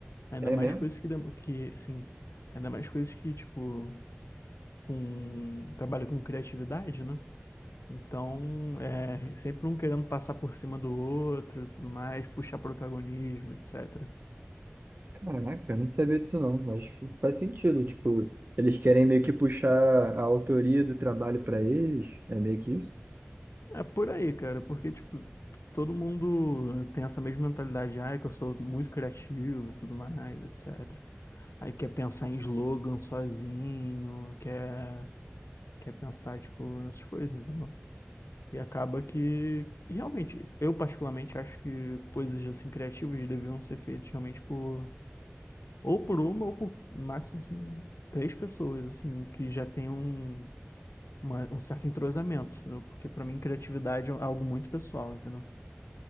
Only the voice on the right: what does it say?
É
mesmo?
Caraca, eu não sabia disso não, mas faz sentido. Tipo, eles querem meio que puxar a autoria do trabalho pra eles, é meio que isso?